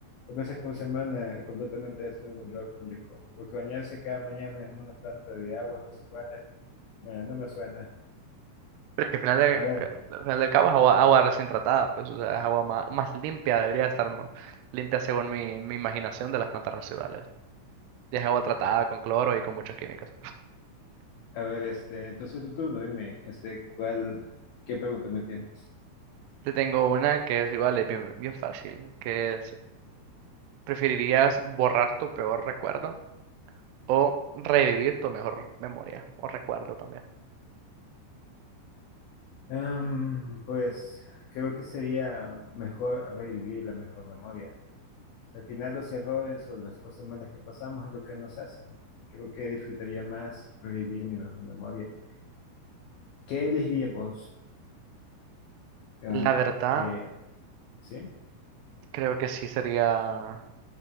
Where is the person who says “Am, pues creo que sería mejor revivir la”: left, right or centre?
Left